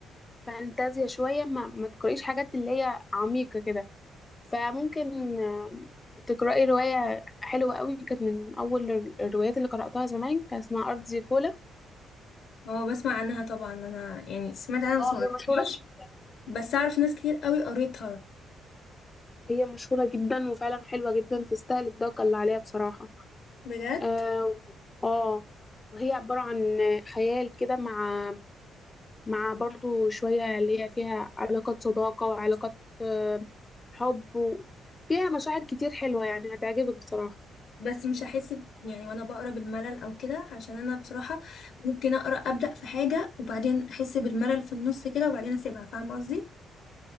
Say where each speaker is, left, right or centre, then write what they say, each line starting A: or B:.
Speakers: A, on the left; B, on the left.
A: فانتازيا شوية ما, ما تقرأيش حاجات اللي هي عميقة كده فممكن آه، تقرأي رواية حلوة قوي كانت من أول الر- الروايات اللي قرأتها زمان كان اسمها أرض زيكولا
B: اه بسمع عنها طبعا انا يعني سمعت عنها بس
A: اه
B: ما
A: هي
B: قريتهاش.
A: مشهورة جدا
B: بس اعرف ناس كتير قوي قريتها
A: هي مشهورة جدا وفعلا حلوة جدا تستاهل الضجة اللي عليها بصراحة
B: بجد
A: اه آه، وهي عبارة عن خيال كده مع مع برضو شوية اللي هي فيها علاقات صداقة وعلاقات آه، حب و- فيها مشاعر كتير حلوة يعني هتعجبك بصراحة
B: بس مش هحس ب- يعني وانا بقرا بالملل او كده عشان انا بصراحه ممكن اقرا ابدا في حاجه وبعدين احس بالملل في النص كده وبعدين اسيبها فاهمه قصدي